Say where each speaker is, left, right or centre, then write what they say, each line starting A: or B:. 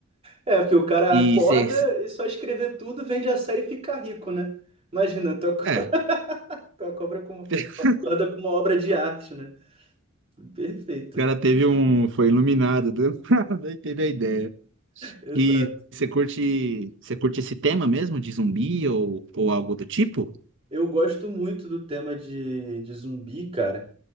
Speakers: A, on the right (about 30°); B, on the right (about 60°).
A: É, porque o cara
B: se,
A: acorda
B: se-
A: e só escrever tudo, vende a série e fica rico, né? Imagina, tu acorda,
B: é,
A: <laughs> tu acorda com,
B: <laughs>
A: acorda com uma obra de arte, né? Perfeito.
B: o cara teve um, foi iluminado do <laughs> nada e teve a ideia.
A: Exato.
B: E você curte, você curte esse tema mesmo de zumbi ou, ou algo do tipo?
A: Eu gosto muito do tema de, de zumbi, cara.